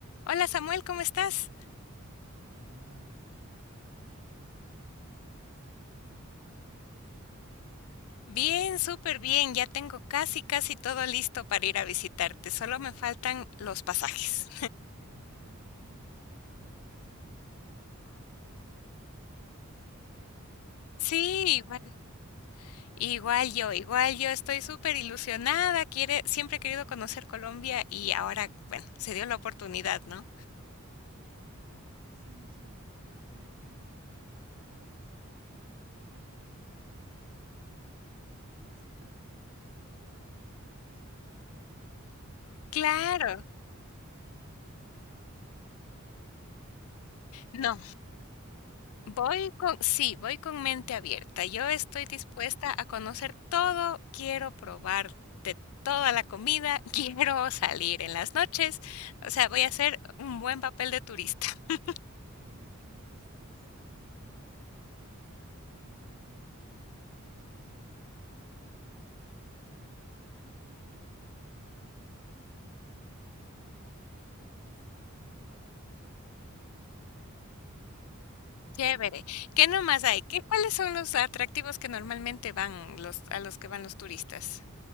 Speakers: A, on the left; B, on the right.
A: Hola Samuel, ¿cómo estás?
B: Eh, hola Ari, ¿qué más? Eh, yo muy bien, ¿y tú? ¿Y tú cómo te encuentras hoy? Contame, ¿cómo te ha ido?
A: Bien, súper bien. Ya tengo casi, casi todo listo para ir a visitarte. Solo me faltan los pasajes.
B: Ok, ok, no, no, eso ya, eso ya es, ya es un gran avance. Estoy muy emocionada de que, de que vengas por aquí
A: Sí,
B: a visitarme.
A: igual, igual yo, igual yo estoy súper ilusionada. Quiere, siempre he querido conocer Colombia y ahora, bueno, se dio la oportunidad, ¿no?
B: Sí, sí, sí, qué, qué bien que, que, que hayas tomado la decisión por fin de, de venir un ratico por aquí a, a visitarme. Vamos a ver qué, qué, qué surge para hacer por aquí.
A: Claro.
B: ¿Conoces algún, ok, ¿tienes algún plan en específico o, o, ok,
A: No.
B: o quieres que te guíe? <laughs>
A: Voy con sí, voy con mente abierta. Yo estoy
B: Ok,
A: dispuesta a conocer todo, quiero probar de toda la comida, <laughs> quiero salir en las noches, o sea,
B: ok.
A: voy a hacer un buen papel de turista. <laughs>
B: Qué bien, qué bien que estés abierta a, a- a cualquier posible plan. Eso, eso, eso me gusta bastante. Yo, yo te puedo mostrar por aquí lo que yo conozco, ¿cierto? Yo soy puntualmente de, de Medellín, entonces te puedo guiar mucho como, como eh, en mi ciudad. <laughs>
A: Chévere. ¿Qué nomás
B: Chévere.
A: hay? ¿Qué, cuáles son los atractivos que normalmente van los a los que van los turistas?